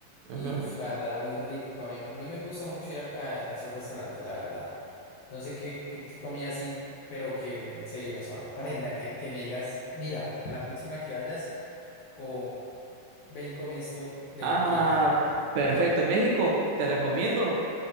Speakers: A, on the left; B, on the right.
A: Y
B: Ujú.
A: uff, la verdad era muy rico. A mí, a mí me gusta mucho ir a, a- a esos restaurantes, la verdad. No sé qué, qué, qué comida así, pero que en serio me sorprenda. Que, que me digas, mira, a la próxima que vayas, o ve y come esto de
B: Ah,
A: aquí de México.
B: perfecto. México, te recomiendo.